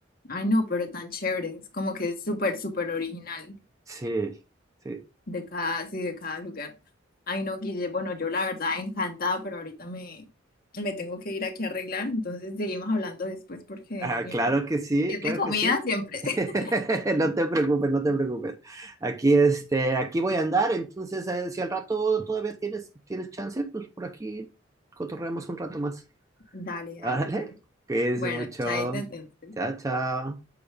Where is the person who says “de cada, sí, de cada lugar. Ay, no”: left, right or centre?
Left